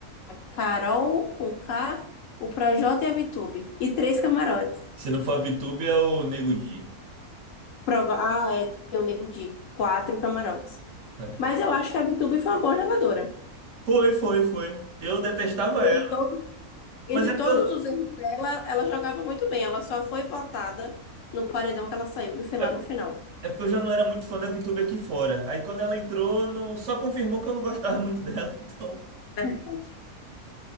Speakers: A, on the left; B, on the right.
A: Carol com K, o Projota e a Vitube. E três camarotes.
B: Se não for a VTube, é o Nego Di.
A: Prova... Ah, é, tem o Nego Di. Quatro camarotes.
B: É.
A: Mas eu acho que a Vitube foi uma boa jogadora.
B: Foi, foi, foi. Eu detestava
A: Entre
B: ela,
A: todos, entre
B: mas é porque
A: todos
B: eu,
A: os erros dela, ela jogava muito bem. Ela só foi votada no paredão que ela saiu, que foi lá
B: é,
A: no final.
B: é porque eu já não era muito fã da VTube aqui fora. Aí quando ela entrou, não, só confirmou que eu não gostava muito dela. <laughs> Então,
A: Verdade,